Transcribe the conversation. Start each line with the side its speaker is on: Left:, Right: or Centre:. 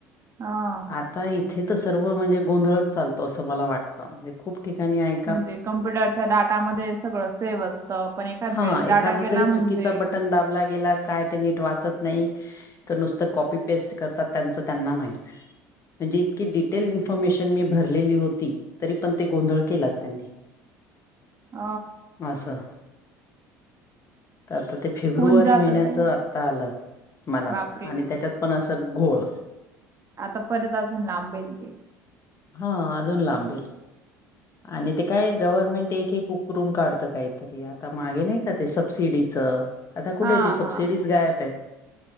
Right: हा हा.
Left: आता इथे तर सर्व म्हणजे गोंधळच चालतो असं मला वाटतं म्हणजे खूप ठिकाणी काय?
Right: म्हणजे कंप्युटरच्या डाटामध्ये सगळं सेव्ह असतं पण एखद
Left: हां,
Right: वेळेस डाटा
Left: एखादा
Right: डाटा गेला
Left: तरी
Right: म्हणजे
Left: चुकीचा बटन गेला काय ते नीट वाचत नाहीत. कॉपी पेस्ट करतात त्यांच त्यांना माहित. म्हणजे इतकी डिटेल इन्फॉमेशन मी भरलेली हो ती तरी पण ते गोंधळ केलाच त्यांनी
Right: ह
Left: आसं त आता ते फेब्रुवारी
Right: होऊन जात
Left: महिन्याचं
Right: ते
Left: आत्ता आलं. मला
Right: बापरे
Left: आणि त्याच्यात पण आसा घोळ.
Right: आता परत अजून लांबेल ते.
Left: हां अजून लांबेल. आणि ते काय गव्हर्नमेंट एक एक उकरुन काढतं काहीतरी आता मागे नाई काय ते सबसिडीचं आता कुठे
Right: हा
Left: ती सबसिडीच
Right: हा
Left: गायब आहे.